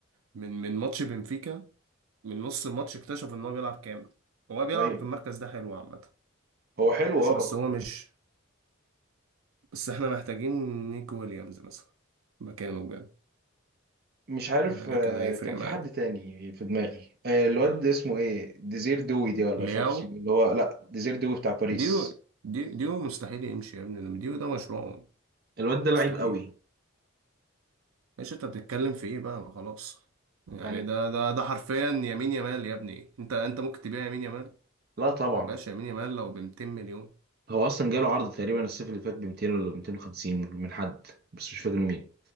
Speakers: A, on the right (about 85°); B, on the right (about 45°).
A: من من ماتش بنفيكا من نص الماتش اكتشف ان هو بيلعب كام هو بيلعب
B: ايوه
A: في المركز ده حلو عامه
B: هو حلو
A: ماشي
B: اه
A: بس هو مش بس احنا محتاجين نيكو ويليامز مثلا مكانه بجد
B: مش عارف
A: يعني
B: آه،
A: كان هيفرق
B: كان في
A: معانا
B: حد تاني في دماغي آه، الواد اسمه ايه ديزير دوي دي ولا مش
A: لياو
B: عارف اسمه إيه، اللي هو لا ديزير دوي بتاع باريس
A: ديو ديو ديو مستحيل يمشي يا ابني لما ديو ده مشروعهم
B: الواد ده لعيب
A: مستحيل
B: قوي
A: ايش انت بتتكلم في ايه بقى ما خلاص يعني
B: يعني
A: ده ده ده حرفيا يمين يمال يا ابني انت انت ممكن تبيع يمين يمال
B: لا طبعا
A: ما بقاش يمين يمال لو ب 200 مليون
B: هو اصلا جاله عرض تقريبا الصيف اللي فات ب 200 ولا 250 من حد بس مش فاكر مين